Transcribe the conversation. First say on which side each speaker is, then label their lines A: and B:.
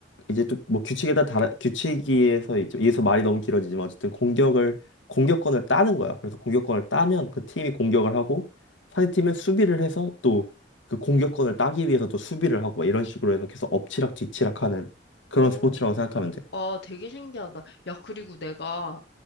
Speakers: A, on the left (about 80°); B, on the left (about 60°).
A: 이제 또 뭐 규칙에 다 달아- 규칙에서 이제 여기서 말이 너무 길어지지만 어쨌든 공격을 공격권을
B: 어,
A: 따는 거야. 그래서 공격권을 따면 그 팀이 공격을 하고 상대팀은 수비를 해서 또 그 공격권을 따기 위해서 또 수비를 하고 막 이런 식으로 해서 계속 엎치락 뒤치락하는 그런
B: 오,
A: 스포츠라고 생각하면 돼.
B: 아, 되게 신기하다. 야, 그리고 내가